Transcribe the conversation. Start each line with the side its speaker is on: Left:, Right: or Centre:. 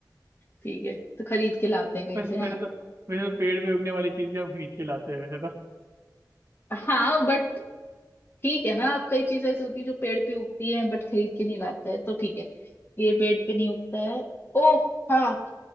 Left: ठीक है तो खरीद के लाते हैं कहीं
Right: वैसे
Left: से है
Right: वैसे
Left: ना
Right: तो वैसे तो पेड़ पे उगने वाली चीजें हम खरीद के लाते हैं वैसे तो
Left: हाँ बट ठीक है ना आप कई चीजें ऐसी होती है जो पेड़ पे उगती है बट खरीद के नहीं लाते हैं तो ठीक है ये पेड़ पे नहीं उगता है ओह हाँ